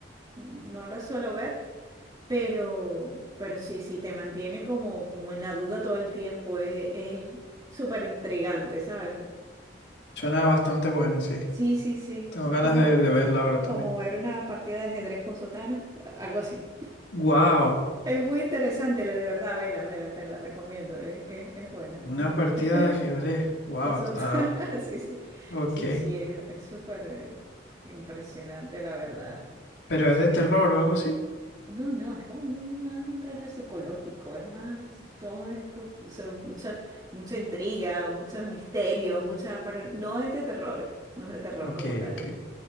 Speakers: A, on the right; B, on the left.
A: no las suelo ver, pero, pero sí, sí, te mantiene como, como en la duda todo el tiempo, es, es súper intrigante, ¿sabes?
B: Suena bastante buena, sí.
A: Sí, sí, sí,
B: Tengo
A: es
B: ganas
A: como,
B: de, de verla ahora
A: como
B: también.
A: ver una partida de ajedrez con sotana, algo así.
B: Wow,
A: Es muy interesante, la- de verdad, vela, vela, te la recomiendo, es, es, es buena,
B: una
A: es buena.
B: partida
A: <laughs>
B: de ajedrez. Wow,
A: Con su-
B: está...
A: <laughs> Sí, sí,
B: Ok.
A: sí, sí, es es súper eh, impresionante, la verdad.
B: ¿Pero es de terror o algo así?
A: No, no, es como un, más un tráiler psicológico, es más, todo es, co- o sea, mucha, mucha intriga, muchos misterios, mucha, pero no es de terror, no es de terror
B: Ok,
A: como tal.
B: ok.